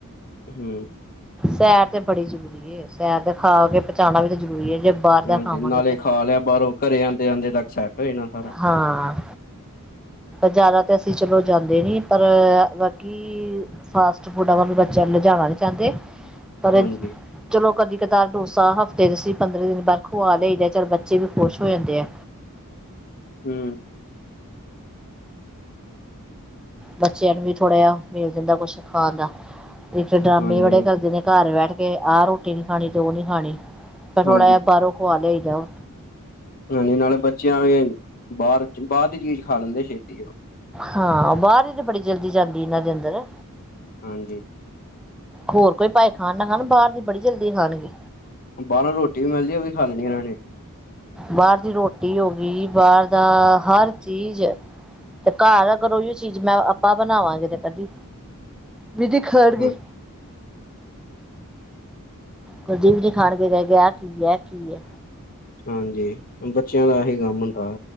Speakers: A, on the left (about 40°); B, in the centre.
A: ਹੂੰ।
B: ਸੈਰ ਤੇ ਬੜੀ ਜ਼ਰੂਰੀ ਏ ਸੈਰ ਤੇ ਖਾ ਕੇ ਜਾਣਾ ਵੀ ਤਾਂ ਜ਼ਰੂਰੀ ਏ ਜੇ ਬਾਹਰ ਦਾ
A: ਹਾਂਜੀ
B: ਖਾਵਾਂਗੇ
A: ਨਾਲੇ
B: ਤੇ,
A: ਖਾ ਲਿਆ ਬਾਹਰੋਂ ਘਰੇ ਆਉਂਦੇ ਆਉਂਦੇ ਤੱਕ ਸੈੱਟ ਹੋ ਜਾਣਾ ਸਾਰਾ
B: ਹਾਂ। ਜ਼ਿਆਦਾ ਤਾਂ ਅਸੀਂ ਚਲੋ ਜਾਂਦੇ ਨੀ ਪਰ ਕਿ ਫਾਸਟ ਫੂਡਾਂ ਵੱਲ ਵੀ ਬੱਚੇ ਲਿਜਾਣਾ ਨੀ ਚਾਂਦੇ ਪਰ
A: ਹਾਂਜੀ
B: ਚਲੋ ਕਦੀ ਕਤਾਰ ਡੋਸਾ ਹਫ਼ਤੇ ਦੇ ਸੀ ਪੰਦਰਾਂ ਦਿਨ ਬਾਹਰੋਂ ਖਵਾ ਲਿਆਈ ਦਾ ਚਲ ਬੱਚੇ ਵੀ ਖੁਸ਼ ਹੋ ਜਾਂਦੇ ਆ।
A: ਹੂੰ
B: ਬੱਚਿਆਂ ਨੂੰ ਵੀ ਥੋੜ੍ਹਾ ਜਿਹਾ ਮਿਲ ਜਾਂਦਾ ਕੁਛ ਖਾਣ ਦਾ, ਨਹੀਂ ਤਾਂ ਡਰਾਮੇ
A: ਹਾਂਜੀ
B: ਬੜੇ ਕਰਦੇ ਨੇ ਘਰ ਬੈਠ ਕੇ ਆਹ ਰੋਟੀ ਨੀ ਖਾਣੀ ਤੇ ਉਹ ਨੀ ਖਾਣੀ, ਫਿਰ ਥੋੜ੍ਹਾ
A: ਹਾਂਜੀ
B: ਜਿਹਾ ਬਾਹਰੋਂ ਖਵਾ ਲਿਆਈ ਦਾ।
A: ਹਾਂਜੀ ਨਾਲੇ ਬੱਚਿਆਂ ਵੀ, ਬਾਹਰ ਬਾਹਰ ਦੀ ਚੀਜ਼ ਖਾ ਲੈਂਦੇ ਛੇਤੀ ਉਹ।
B: ਹਾਂ ਬਾਹਰ ਦੀ ਤੇ ਬੜੀ ਜਲਦੀ ਜਾਂਦੀ ਇਹਨਾਂ ਦੇ ਅੰਦਰ।
A: ਹਾਂਜੀ।
B: ਹੋਰ ਕੋਈ ਭਾਵੇਂ ਖਾਣ ਨਾ ਖਾਣ ਬਾਹਰ ਦੀ ਬੜੀ ਜਲਦੀ ਖਾਣਗੇ।
A: ਬਾਹਰੋਂ ਰੋਟੀ ਵੀ ਮਿਲਦੀ ਉਹ ਵੀ ਖਾ ਲੈਣੀ ਇਹਨਾਂ ਨੇ।
B: ਬਾਹਰ ਦੀ ਰੋਟੀ ਹੋ ਗਈ, ਬਾਹਰ ਦਾ ਹਰ ਚੀਜ਼। ਤੇ ਘਰ ਆ <unintelligible> ਚੀਜ਼ ਮੈਂ ਆਪਾਂ ਬਣਾਵਾਂਗੇ ਤੇ ਕਦੀ, ਵੀ ਦੀ ਖਾਣਗੇ।
A: ਹਾਂ <inaudible>
B: ਕੁਲਦੀਪ ਦੀ ਖਾਣ ਗਏ ਕਹਿ ਕੇ ਆਹ ਕੀ ਏ ਕੀ ਏ।
A: ਹਾਂਜੀ, ਬੱਚਿਆਂ ਦਾ ਆਹੀ ਕੰਮ ਹੁੰਦਾ।